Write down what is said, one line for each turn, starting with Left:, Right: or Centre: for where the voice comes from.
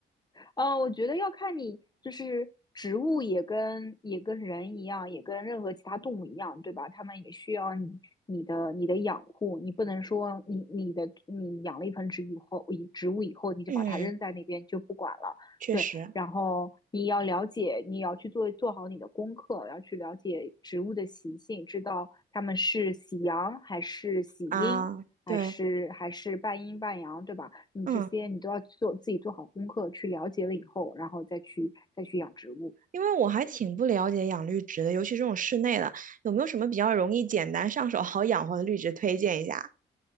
Left: 呃，我觉得要看你，就是植物也跟也跟人一样，也跟任何其他动物一样，对吧？它们也需要你你的你的养护，你不能说你你的你养了一盆植以后，以植物以后你就把它扔在那边就不管了，
Right: 嗯，确实
Left: 对。然后你要了解，你要去做做好你的功课，要去了解植物的习性，知道它们是喜阳还是喜阴，
Right: 啊，对。
Left: 还是还是半阴半阳，对吧？你这些你都要做自己做好功课，
Right: 嗯。
Left: 去了解了以后，然后再去再去养植物。
Right: 因为我还挺不了解养绿植的，尤其这种室内的，有没有什么比较容易、简单、上手、好养活的绿植推荐一下？